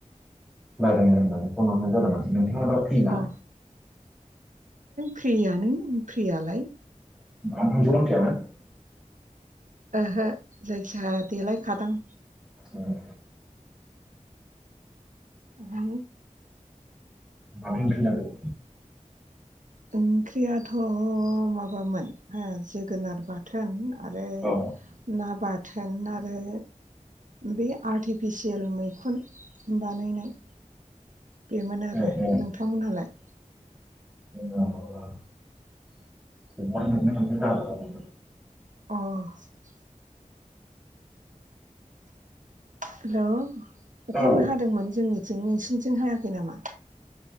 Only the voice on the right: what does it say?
अ फ्रियानो फ्रियालाय।
ओहो जायखिया देलायखादां।
आ <unintelligible>
ओंख्रियाथ' माबामोन हो जोगोनार बाथ थोन आरो
ना बाथोन आरो बे आर्टिफिसियेल मैखुन बानायनाय बेमोन आरो
नोंथांमोनहालाय?
अ' हेल' अखाबो
हादोंमोन जोंनिथिं नोंसिनिथिं हायाखै नामा?